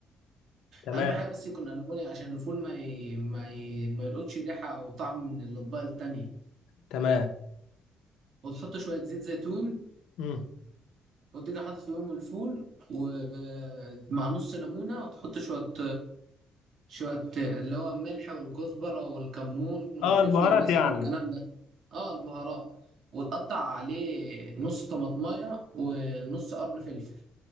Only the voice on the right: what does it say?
أهم حاجة بس يكون ألمونيا عشان الفول ما ي... ما ي... ما يلقطش ريحة أو طعم من الأطباق التانية
وتحط شوية زيت زيتون
وتيجي حاطط فيهم الفول ومع نص ليمونة وتحط شوية شوية اللي هو الملح والكزبرة والكمون والفلفل
الأسود
والكلام ده اه البهارات وتقطع عليه نص طماطماية ونص قرن فلفل